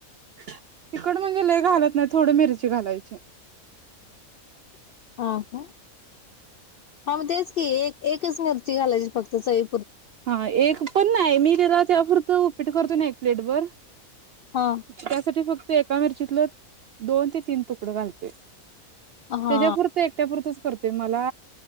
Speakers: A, on the right; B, on the left.
A: तिकड म्हणजे लय घालत नाही, थोड मिरची घालायची.
B: हा, काय? हा, मग तेच की एक एकच मिरची घालायची फक्त चई
A: हा एक पण नाही, मी तेला तेवापुरतं उपीट करतो ना, एक प्लेट वर
B: हा
A: त्यासाठी फक्त का मिरचीतलं दोन ते तीन तुकड घालतोय.
B: हा
A: त्याच्या पुुरत एकट्यापुरतच करतो. ते मला